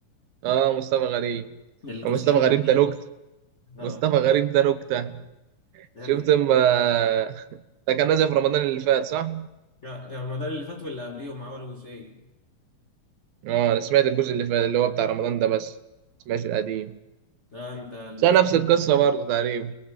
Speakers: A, on the right; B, on the left.
A: آه مصطفى غريب
B: الجزئين
A: آه، مصطفى غريب
B: جامدين
A: ده نكتة
B: اه
A: مصطفى غريب ده نكتة
B: ده
A: شفت
B: ال-
A: ما <laughs> ده كان نازل في رمضان اللي فات صح؟
B: لا، ده رمضان اللي فات واللي قبليهم عملوا جزئين
A: آه أنا سمعت الجزء اللي فات اللي هو بتاع رمضان ده بس ما سمعتش القديم
B: ده انت المسلسل
A: بس نفس القصة
B: ده
A: برضه تقريبا